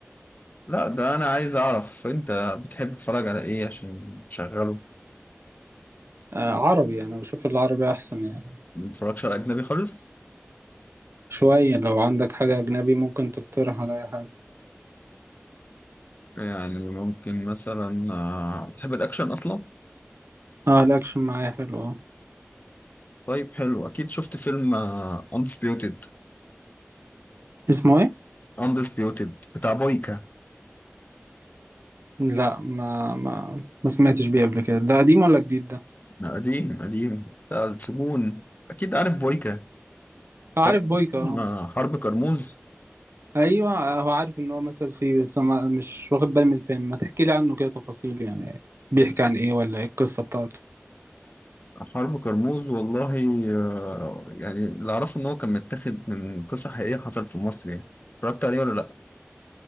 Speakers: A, on the left (about 35°); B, on the right (about 60°).
A: لا ده أنا عايز أعرف أنت بتحب تتفرج على إيه عشان تشغله
B: آه عربي انا بشوف العربي احسن يعني
A: ما بتتفرجش على أجنبي خالص
B: شوية لو عندك حاجة اجنبي ممكن تقترح عليا حاجة
A: يعني ممكن مثلا آه، بتحب الأكشن أصلا
B: اه الاكشن معايا حلو اه
A: طيب حلو أكيد شفت فيلم آه، Undisputed
B: اسمه ايه
A: Undisputed بتاع بويكا
B: لا ما ما ما سمعتش بيه قبل كده ده قديم ولا جديد ده
A: قديم قديم بتاع السجون أكيد عارف بويكا
B: عارف
A: عارف
B: بويكا
A: أصلاً،
B: اه
A: آه، حرب كرموز
B: ايوه آه، هو عارف ان هو مثل فيه بس ما مش واخد بالي من الفيلم ما تحكي لي عنه كده تفاصيل يعني بيحكي عن ايه ولا ايه القصة بتاعته
A: حرب كرموز والله آه، يعني اللي اعرفه ان هو كان متاخد من قصه حقيقيه حصلت في مصر يعني اتفرجت عليه ولا لا